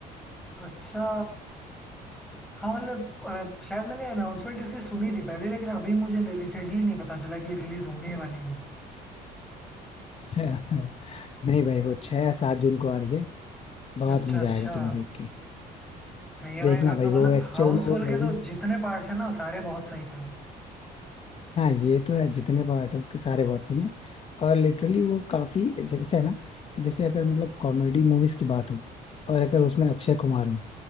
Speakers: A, in the centre; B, on the left.
A: अच्छा हाँ मतलब अ, शायद मैंने अनाउंसमेंट इसकी सुनी थी पहले लेकिन अभी मुझे रिसेंटली नहीं पता चला कि रिलीज होने वाली है
B: <laughs> नहीं भाई वो छह या सात जून को आ रही है बहुत
A: अच्छा
B: मजा
A: अच्छा
B: आएगा तुम्हें देख के
A: सही है भाई
B: देखना
A: फिर
B: भाई
A: तो मतलब
B: वो एक्चुअल
A: हाउस
B: में वो
A: होल्ड
B: मूवी
A: के तो जितने पार्ट थे ना सारे बहुत सही थे
B: हाँ ये तो है जितने पार्ट है उसके सारे बहुत सही हैं और लिटरली वो काफी जैसे है ना कि जैसे अगर मतलब कॉमेडी मूवीज की बात हो और अगर उसमें अक्षय कुमार हो